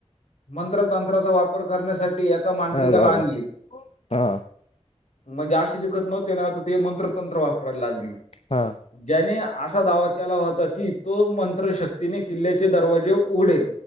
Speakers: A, on the left; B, on the left.
A: मंत्रतंत्राचा वापर करण्यासाठी एका मांत्रिकाला
B: अरे बाबा
A: आणली.
B: हा
A: म्हणजे असे दिखत नव्हते ना ते मंत्र तंत्र वापरायला लागले.
B: हा.
A: ज्याने असा दावा केला होता की, तो मंत्र शक्तीने किल्ल्याचे दरवाजे उघडेल.